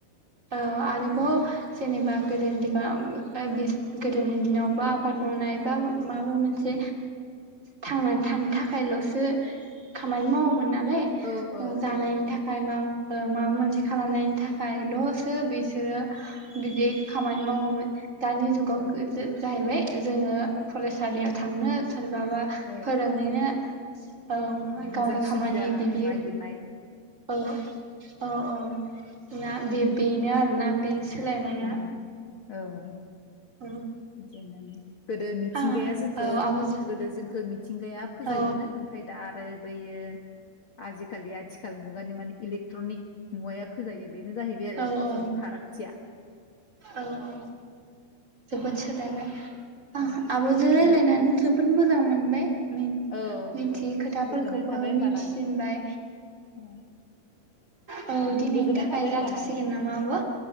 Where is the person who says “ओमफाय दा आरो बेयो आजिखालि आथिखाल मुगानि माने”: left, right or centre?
Left